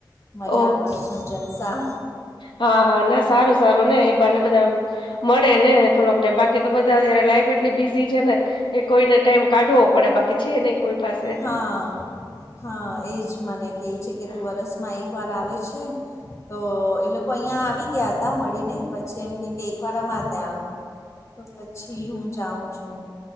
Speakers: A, on the left; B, on the left.
A: મજા
B: ઓકે
A: કરશું જલસા
B: હા હા ના સારુ સારુ ને ને બધા મળે ને થોડોક બાકી તો બધા્યારે લાઈફ એટલી બીઝી છેને. કે કોઈને ટાઈમ કાઢવો પડે બાકી છે, નહી કોઈ પાસે
A: હા હા એ જ મને કહે છે. કે
B: હા
A: તું વરસમાં એકવાર આવે છે. તો એ લોકો અહિયાં આવી ગયા હતા, મળીને પછી એમ કે કે એક વારમા ત્યા આવ <inaudible> તો પછી હુ જાઉ છુ,